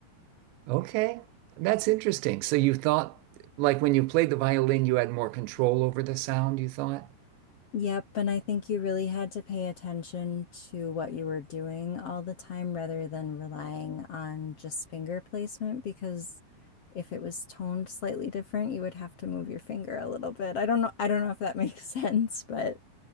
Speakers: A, on the right (about 85°); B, on the left (about 50°).
A: Okay, that's interesting. So you thought, like when you played the violin, you had more control over the sound, you thought?
B: Yep, and I think you really had to pay attention to what you were doing all the time rather than relying on just finger placement because if it was toned slightly different, you would have to move your finger a little bit. I don't know, I don't know if that makes <laughs> sense, but